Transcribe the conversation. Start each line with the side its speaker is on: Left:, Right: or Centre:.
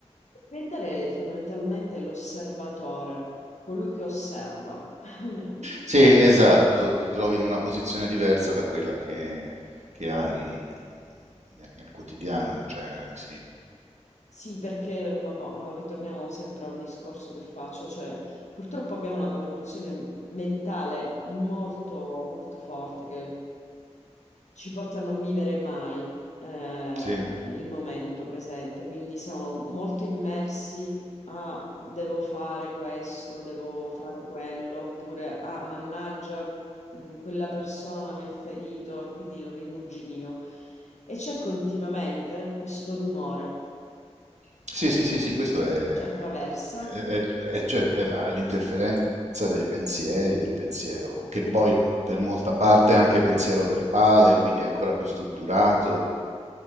Left: Diventare fondamentalmente l'osservatore, colui che osserva. <laughs>
Right: Sì, esatto, ti trovi in una posizione diversa da quella che, che hai nel, nel quotidiano in genere, sì.
Left: Sì, perché vabbò, ritorniamo sempre a un discorso che faccio, cioè purtroppo abbiamo una produzione mentale molto, molto forte che ci porta a non vivere mai eh,
Right: Sì,
Left: il momento presente, quindi siamo molto immersi a devo fare questo, devo fare quello, oppure ah, mannaggia, mh, quella persona mi ha ferito e quindi il rimuginio. E c'è continuamente questo rumore
Right: Sì, sì, sì, sì, questo è,
Left: ci attraversa,
Right: è- è- è certo, è la- è l'interferenza dei pensieri, del pensiero, che
Left: che
Right: poi
Left: poi,
Right: per molta parte è anche pensiero verbale, quindi è ancora più strutturato.